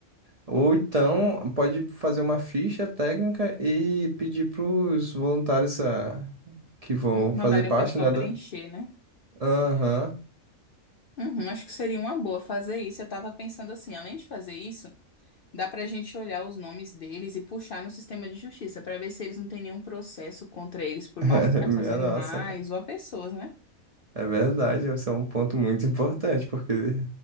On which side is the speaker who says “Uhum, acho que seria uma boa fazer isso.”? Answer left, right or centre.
Left